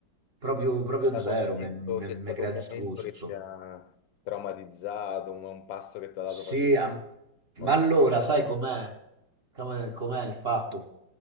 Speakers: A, on the right; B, on the left.
A: Proprio, proprio
B: C'è stato
A: zero,
B: un momento,
A: mi
B: c'è stato
A: crea
B: un
A: disgusto.
B: momento che ti ha traumatizzato, un, un passo che ti ha dato...
A: Sì,
B: per-
A: am-
B: o
A: ma
B: no?
A: allora sai com'è? Com'è com'è il fatto?